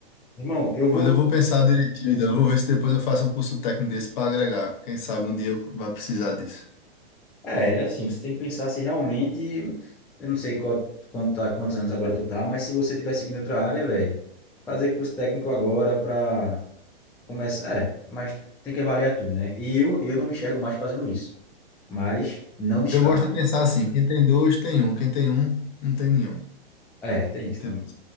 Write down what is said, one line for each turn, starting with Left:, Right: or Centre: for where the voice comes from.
Centre: Irmão, eu vou.
Left: Pois eu vou pensar direitinho, então. Eu Vou ver se depois eu faço um curso técnico desse para agregar. Quem sabe um dia eu vá precisar disso.
Centre: É, é assim, você tem que pensar se realmente. Eu não sei qual, quanto tá, quantos anos agora tu tá, mas se você tiver seguindo outra área, velho, fazer curso técnico agora pra começar. É, mas tem que avaliar tudo, né? E eu, eu não me enxergo mais fazendo isso. Mas não descarto.
Left: Eu gosto de pensar assim: quem tem dois, tem um. Quem tem um, não tem nenhum.
Centre: É, tem isso
Left: Tem-
Centre: também.